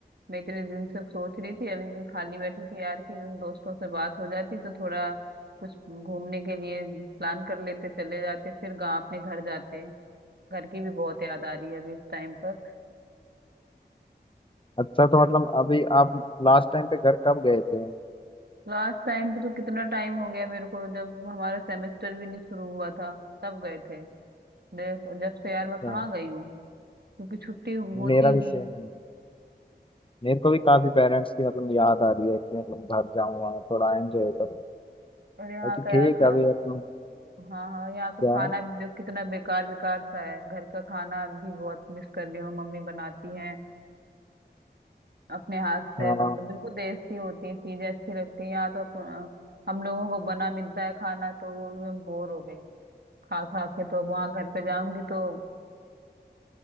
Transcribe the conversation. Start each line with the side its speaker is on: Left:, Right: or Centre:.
Right: मैं इतने दिन से सोच रही थी अभी भी खाली बैठी थी यार कि उन दोस्तों से बात हो जाती तो थोड़ा कुछ घूमने के लिए प्लान कर लेते चले जाते फिर गाँव अपने घर जाते घर की भी बहुत याद आ रही है अभी इस टाइम पर
Left: अच्छा तो मतलब अभी आप लास्ट टाइम पे घर कब गए थे
Right: लास्ट टाइम पे तो कितना टाइम हो गया मेरे को जब हमारा सेमेस्टर भी नहीं शुरू हुआ था तब गए थे देखो जब से यार मैं
Left: हाँ,
Right: कहाँ गई हूँ क्योंकि छुट्टी होती
Left: मेरा
Right: नहीं
Left: भी सेम मेरे को भी काफी पेरेंट्स की मतलब याद आ रही है कि मतलब घर जाऊँ वहाँ थोड़ा एंजॉय करूँ
Right: और यहाँ
Left: बाकी
Right: का यार
Left: ठीक
Right: खा
Left: है अभी मतलब
Right: हाँ हाँ यहाँ का
Left: क्या
Right: खाना भी देखो कितना बेकार बेकार सा है घर का खाना भी बहुत मिस कर रही हूँ मम्मी बनाती हैं अपने हाथ से
Left: हाँ
Right: मतलब बिल्कुल देसी होती है चीजें अच्छी लगती है यहाँ तो अप- हम लोगों को बना मिलता है खाना तो वो भी मैं बोर हो गई हूँ खा खा के तो अब वहाँ घर पे जाऊंगी तो